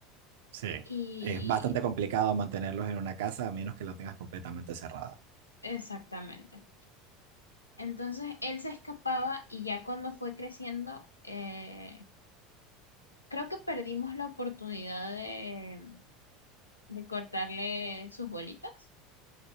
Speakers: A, on the right; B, on the left.
A: Sí.
B: Y
A: Es bastante complicado mantenerlos en una casa a menos que la tengas completamente cerrada.
B: exactamente. Entonces él se escapaba y ya cuando fue creciendo, eh, creo que perdimos la oportunidad de, de cortarle sus bolitas.